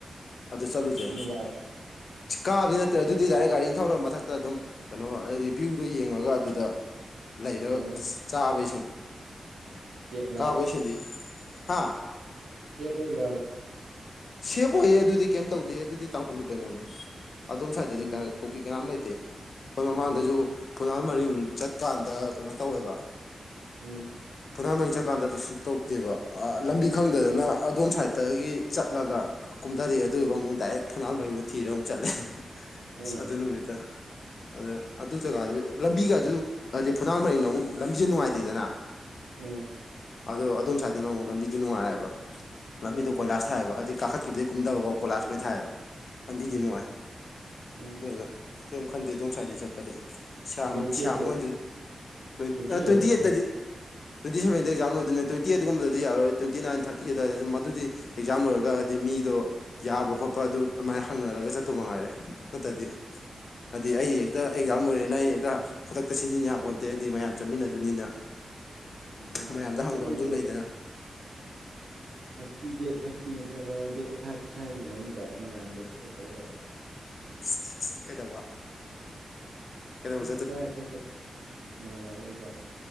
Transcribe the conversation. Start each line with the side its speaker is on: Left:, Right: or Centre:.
Left: ꯑꯗꯨ ꯆꯠꯂꯨꯖꯦ
Right: ꯆꯤꯡꯂꯥ
Left: ꯁꯤ ꯀꯥꯕꯗꯤ ꯅꯠꯇ꯭ꯔꯦ ꯑꯗꯨꯗꯤ ꯗꯥꯏꯔꯦꯛ ꯒꯥꯔꯤꯅ ꯊꯧꯔ ꯃꯊꯛꯇ ꯑꯗꯨꯝ ꯀꯩꯅꯣ ꯑꯗꯨꯗꯤ ꯚ꯭ꯌꯨꯗꯣ ꯌꯦꯡꯉꯒ ꯑꯗꯨꯗ ꯂꯩꯔ
Right: ꯎꯝ
Left: ꯆꯥꯕꯩ ꯁꯤꯟ
Right: ꯁꯦꯞ ꯂꯥꯕ
Left: ꯀꯥꯕꯩ ꯁꯤꯟꯗꯤ ꯍꯥ
Right: ꯁꯦꯞ ꯑꯣꯏꯕ꯭ꯔꯥꯕ
Left: ꯁꯦꯕ ꯑꯣꯏꯍꯦ ꯑꯗꯨꯗꯤ ꯀꯩꯝ ꯇꯧꯗꯦꯍꯦ ꯑꯗꯨꯗꯤ ꯇꯥꯡꯈꯨꯂꯨ ꯀꯩꯅꯣꯅꯦ ꯑꯗꯣꯝ ꯁꯥꯏꯠꯇꯗꯤ
Right: ꯎꯝ
Left: ꯀ ꯀꯨꯀꯤ ꯀꯅꯥꯝ ꯂꯩꯇꯦ ꯑꯈꯣꯏ ꯃꯃꯥꯡꯗꯖꯨ
Right: ꯎꯝ
Left: ꯐꯨꯅꯥꯜ ꯃꯔꯤꯡ ꯆꯠꯀꯥꯟꯗ ꯀꯩꯅꯣ ꯇꯧꯋꯦꯕ
Right: ꯎꯝ
Left: ꯐꯨꯅꯥꯟꯃꯔꯤꯡ ꯆꯠꯀꯥꯟꯗ ꯀꯩꯁꯨ ꯇꯧꯗꯦꯕ ꯑꯥ ꯂꯝꯕꯤ ꯈꯪꯗꯗꯅ ꯑꯗꯣꯝ ꯁꯥꯏꯠꯇꯒꯤ ꯆꯠꯂꯒ ꯀꯨꯝꯗꯔꯛꯑꯦ ꯑꯗꯨꯗꯨꯒ ꯑꯃꯨꯛ ꯗꯥꯏꯔꯦꯛ ꯐꯨꯅꯥꯜ ꯃꯔꯤꯡꯗꯣ ꯊꯤꯔ ꯑꯃꯨꯛ ꯆꯠꯂꯦ
Right: ꯎꯝ
Left: ꯑꯁ ꯑꯗꯨ ꯅꯨꯃꯤꯠꯇꯣ ꯑꯗ ꯑꯗꯨ ꯖꯒꯥꯗꯨ ꯂꯝꯕꯤꯒꯁꯨ ꯍꯥꯏꯗꯤ ꯐꯨꯅꯥꯟ ꯃꯔꯤꯡꯅ ꯑꯃꯨꯛ ꯂꯝꯕꯤꯖꯦ ꯅꯨꯡꯉꯥꯏꯇꯦꯗꯅ
Right: ꯎꯝ
Left: ꯑꯗꯣ ꯑꯗꯣꯝ ꯁꯥꯏꯇꯅ ꯑꯃꯨꯛ ꯂꯝꯕꯤꯗꯤ ꯅꯨꯡꯉꯥꯏꯑꯕ ꯂꯝꯕꯤꯗꯣ
Right: ꯎꯝ
Left: ꯀꯣꯏꯂꯥꯁ ꯊꯥꯏꯕ ꯑꯗꯩ ꯀꯥꯈꯠꯈꯤꯕꯗꯩ ꯀꯨꯝꯗꯕꯕꯥꯎ ꯀꯣꯂꯥꯁ ꯂꯣꯏ ꯊꯥꯏꯕ ꯂꯝꯕꯤꯗꯤ
Right: ꯎꯝ
Left: ꯅꯨꯡꯉꯥꯏ
Right: ꯎꯝ
Left: ꯑꯗꯨꯅ ꯀꯦꯝ ꯈꯟꯗꯦ ꯑꯗꯣꯝ ꯁꯥꯏꯠꯗꯤ ꯆꯠ ꯐꯇꯦ ꯁ꯭ꯌꯥꯝ
Right: ꯇ꯭ꯋꯦꯟꯇꯤ
Left: ꯁ꯭ꯌꯥꯝ
Right: ꯑꯩꯠꯇ
Left: ꯃꯣꯏꯗꯤ ꯇ꯭ꯋꯦꯟ
Right: ꯇ꯭ꯋꯦꯟꯇꯤ
Left: ꯑ
Right: ꯁꯚꯦꯟꯗ
Left: ꯇ꯭ꯋꯦꯟꯇꯤꯑꯩꯠꯇꯗꯤ ꯇ꯭ꯋꯦꯟꯇꯤꯁꯕꯦꯟꯗ ꯑꯦꯛꯗꯥꯝꯂꯣꯏꯗꯣꯏꯅꯦ ꯂꯣꯏꯟꯇꯤꯑꯦꯠ ꯀꯨꯝꯕꯗꯤ ꯌꯥꯔꯛꯑꯣꯏ ꯇ꯭ꯋꯦꯟꯇꯤꯅꯥꯏꯟ ꯊ꯭ꯔꯥꯇꯤ ꯑꯗꯨꯋꯥꯏꯗ ꯗꯨꯝ ꯃꯗꯨꯗꯤ_ _ ꯑꯦꯛꯖꯥꯝ ꯂꯣꯏꯔꯒ ꯑꯗꯤ ꯃꯤꯗꯣ
Right: ꯎꯝ
Left: ꯌꯥꯕ ꯈꯣꯠꯄ ꯑꯗꯨ ꯑꯃꯥꯏ ꯍꯪꯅꯔꯒ ꯆꯠꯇꯨ ꯃꯉꯥꯏꯔꯦ ꯅꯠꯇꯗꯤ ꯑꯗꯤ
Right: ꯎꯝ
Left: ꯑꯩ ꯍꯦꯛꯇ_ _ ꯑꯩ ꯑꯖꯥꯝ ꯂꯣꯏꯔꯦꯅ ꯑꯩ ꯍꯦꯛꯇ ꯈꯨꯗꯛꯇ ꯁꯤꯟꯖꯤꯟ ꯌꯥꯄꯣꯟꯇꯦ ꯍꯥꯏꯗꯤ ꯃꯌꯥꯝ ꯆꯠꯃꯤꯟꯅꯗꯣꯏꯅꯤꯅ꯫
Right: ꯑꯗꯨꯅ
Left: ꯃꯌꯥꯝꯗ
Right: ꯑꯗꯣ
Left: ꯍꯪꯕꯖꯨꯝ
Right: ꯑꯩꯁꯨ
Left: ꯂꯩꯗꯅ
Right: ꯊꯔꯇꯤ ꯗꯦꯠ ꯊꯔꯇꯤ ꯅꯠꯇ꯭ꯔꯒ ꯗꯦꯠ ꯐꯥꯏꯚ ꯁ꯭ꯋꯥꯏꯒꯤ ꯃꯅꯨꯡꯗ ꯃꯣꯏꯔꯥꯡꯗꯗꯤ ꯆꯠꯇꯧ ꯂꯩ꯫
Left: <unintelligible> ꯀꯩꯗꯧꯕ ꯀꯩꯗꯧꯕ
Right: ꯑꯗꯨꯝ ꯗ꯭ꯔꯥꯏꯕ ꯆꯠꯄ ꯏꯃꯥꯟꯅꯕꯈꯩꯒ